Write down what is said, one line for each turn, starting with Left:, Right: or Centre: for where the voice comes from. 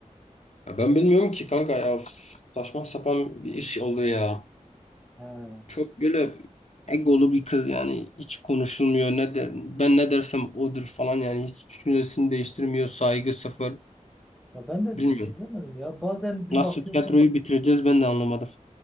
Left: ya ben bilmiyorum ki kanka ya Üf, saçma sapan bir iş oldu ya.
Centre: Ha.
Left: Çok böyle egolu bir kız yani hiç konuşulmuyor ne der, ben ne dersem odur falan yani hiç düşüncesini değiştirmiyor saygı sıfır
Centre: Ya ben de
Left: bilmiyorum.
Centre: çözemedim ya. Bazen bir
Left: Nasıl
Centre: bakıyorsun
Left: tiyatroyu bitireceğiz ben de anlamadım.